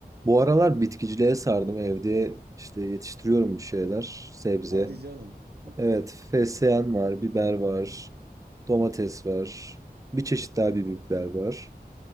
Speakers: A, on the right (about 20°); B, on the right (about 80°).
A: Bu aralar bitkiciliğe sardım. Evde işte yetiştiriyorum bir şeyler. Sebze.
B: Hadi canım. <laughs>
A: Evet, fesleğen var, biber var, domates var. Bir çeşit daha bir biber var.